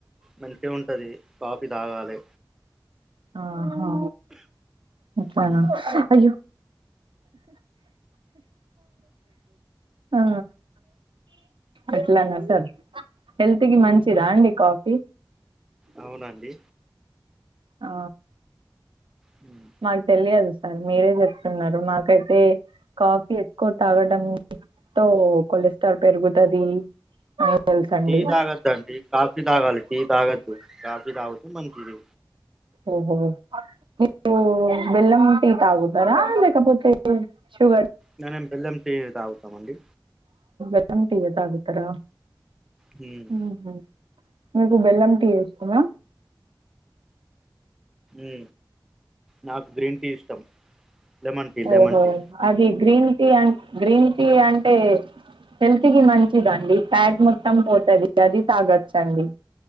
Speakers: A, in the centre; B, on the right.
A: మంచిగా ఉంటది కాఫీ తాగాలే
B: ఆహా ఇంకానా
A: హ్మ్.
B: అయ్యో <inaudible> ఆ అట్లానా సార్ హెల్త్ కి మంచిదా అండి కాఫీ
A: అవును అండి
B: ఆ
A: హ్మ్.
B: నాకు తెలియదు ఆ మీరే చెప్తున్నారు మాకైతే కాఫీ ఎక్కువ తాగడంతో కొలెస్ట్రాల్ పెరుగుతది తెలుసండి
A: టీ తాగద్దు అండి కాఫీ తాగాలి టీ తాగద్దు కాఫీ తాగితే మంచిది
B: ఓహో మీరు ఓ బెల్లం టీ తాగుతారా లేకపోతే షూగర్
A: నేనేం బేళ్ళెం తాగుతాము అండి
B: బెల్లం టీ ఏ తాగుతారా
A: హ్మ్.
B: ఉహు మీకు బెల్లం టీ ఏ ఇష్టమా
A: ఉ నాకు గ్రీన్ టీ ఇష్టం లెమన్ టీ లెమన్
B: ఓహో
A: టీ
B: అది గ్రీన్ టీ అం గ్రీన్ టీ అంటే హెల్త్ కి మంచిదండి ఫ్యాట్ మొత్తం పోతది అది తాగచ్చు అండి